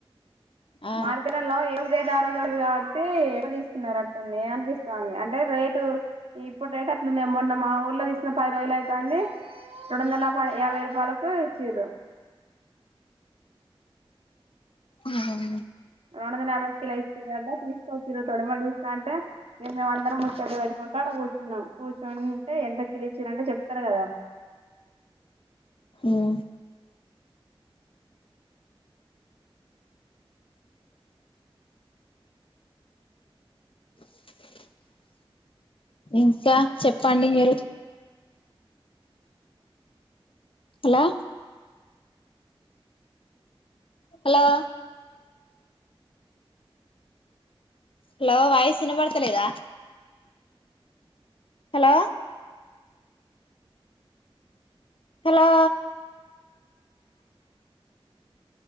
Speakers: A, on the left; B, on the right.
A: ఆ
B: మార్కెట్లలో ఏ రోజు రేటు ఆరోజే ఉంటది కావా కి ఎక్కువ తీసుకున్నరట్టుంది అనిపిస్తంది అంటే రేటు ఇప్పుడు రేట్ అటు నిన్నే మొన్న మా ఊర్లో తీసు పది రోజులు అయితాంది రెండు వందల నలఫై యాభై రూపాయలకు ఇచ్చిర్రు
A: ఆహ మీ
B: రెండు వందల యాభై కిల ఇచ్చిరంట తీసుకొచ్చిరు తొడిమలు తిస్తంటే ఇగ మేమందరం ముచ్చట్లు పెట్టుకు కొంటా అడ కూర్చున్నాం కూర్చునింటే ఎంత కిలో ఇచ్చిర్రు అంటే చెప్తారు కదా
A: మ్ <inaudible> ఇంకా చెప్పండి మీరు హలో హాలో హలో వాయిస్ వినవడుతలేదా హాలో హాలో